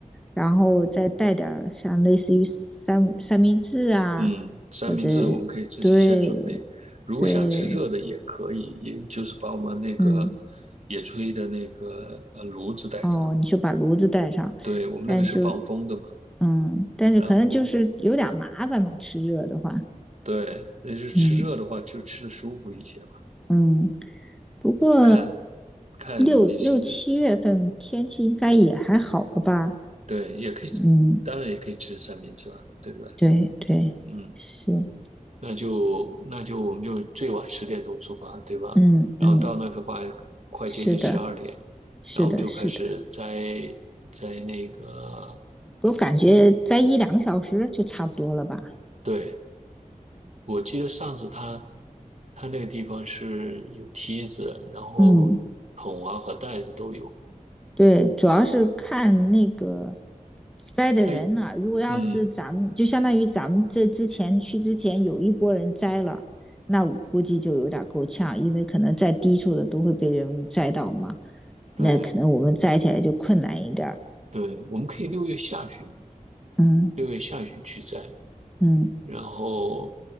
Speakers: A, in the centre; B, on the right (about 55°).
A: 然后再带点像类似于三三明治啊，
B: 嗯，三明治我们可以自己先准备，
A: 或者对
B: 如果想吃热的也可以，
A: 对，
B: 也就是把我们那个
A: 嗯
B: 野炊的那个呃炉子带上，
A: 哦，你就把炉子带上，
B: 对，我们那个是防风的嘛，
A: 但就嗯，但是可能就是有点麻烦吧，
B: 然后
A: 吃热的话，
B: 对，那就是吃热的话就吃的舒服一些嘛，
A: 嗯嗯。不过
B: 看看你是
A: 六六七月份天气应该也还好了吧？
B: 对，也可以，
A: 嗯，
B: 当然也可以吃三明治了，对不对？
A: 对对，
B: 嗯。
A: 是，
B: 那就那就我们就最晚十点钟出发，对吧？
A: 嗯嗯，
B: 然后到那的话，快接近十二点，
A: 是的，是的，
B: 然后我们就开始摘
A: 是的，
B: 摘那个。
A: 我感觉在一两个小时就差不多了吧？
B: 对，我记得上次他他那个地方是有梯子，然后桶啊和袋子都有。
A: 嗯，对，主要是看那个栽的人了、
B: 他
A: 如果要是咱们，
B: 嗯，
A: 就相当于咱们这之前去之前有一波人栽了，那我估计就有点够呛，因为可能在低处的都会被容易栽到嘛。
B: 对
A: 那可能我们摘起来就困难一点儿。
B: 对，我们可以六月下旬
A: 嗯
B: 六月下旬去摘。
A: 嗯，
B: 然后